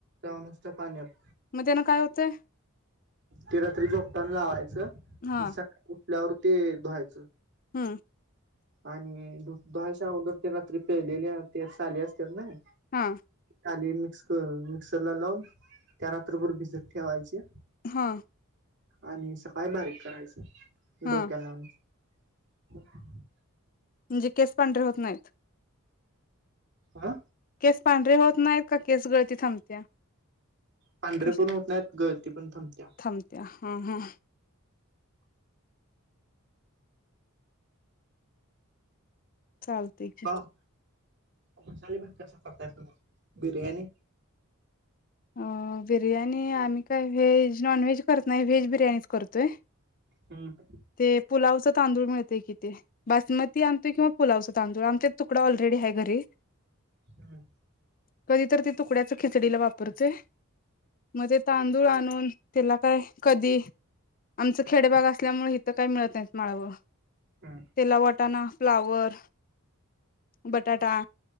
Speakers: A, on the right (about 55°); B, on the left (about 40°).
A: ता नुसत पाण्यात.
B: म त्यान काय होतंय?
A: ते रात्री झोपतान लावायचं.
B: हा
A: सक उठल्यावर ते धुवायच.
B: हम्म
A: आणि धु धुहायच्या अगोदर ते रात्री प्यायलेले ते साली असत्यात नाय
B: हा.
A: साली मिक्स मिक्सरला लावून त्या रात्रभर भिजत ठेवायच्या.
B: हा.
A: आणि सकाळी बारीक करायच.
B: हा
A: डोक्याला लाऊन <inaudible>
B: म्हणजे केस पांढरे होत नाईत.
A: आ
B: केस पांढरे होत नाईत, का केस गळती थांबत्या?
A: पांढरे
B: कशी
A: पण होत नाईत, गळती पण थांबत्या.
B: थांबत्या हा, हा. चालतय की.
A: पाव मसाले भात कसा करताय तुम्ही? बिर्याणी.
B: अं बिर्याणी आम्ही काय व्हेज नॉन व्हेज करत नाय, व्हेज बिर्याणीच करतोय.
A: हम्म
B: ते पुलावच तांदूळ मिळ ते कीती बासमती आणतोय किंवा पुलावचा तांदूळ आमच्यात तुकडा ऑलरेडी हाय घरी.
A: हम्म
B: कधी तर ते तुकड्याच खिचडी ला वा पुरतय. म ते तांदूळ आणून तिला काय कधी आमचं खेडेभाग असल्यामुळे हिथं काय मिळत नाहीत माळवं.
A: हम्म
B: त्येला वा टाना फ्लावर बटाटा